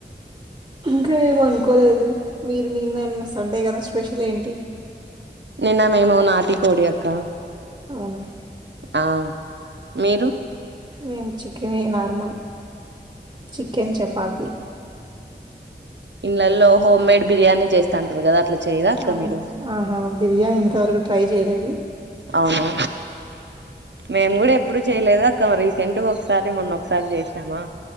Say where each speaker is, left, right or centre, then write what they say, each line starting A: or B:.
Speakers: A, on the right (about 30°); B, on the right (about 75°).
A: ఇంకా ఏమనుకో కోలేదు మీరనీన్నన్న సండే కదా స్పెషల్ ఏంటి
B: నిన్న మేము నాతి కోడి అక్క
A: అవునా
B: ఆ మీరు
A: మేము చికెన్ నార్మల్ చికెన్ చపాతి
B: ఇడ్లలో హోమ్ మేడ్ బిర్యానీ చేస్తంటారు కదా అట్లా చేయరా అక్క
A: అవునా
B: మీరు
A: ఆహా బిర్యానీ ఇంతవరకు ట్రై చేయలేదు
B: అవునా మేము కూడా ఎప్ ఎప్పుడు చేయలేదు అక్క రీసెంట్ గా ఒకసారి మొన్న ఒకసారి చేసినామా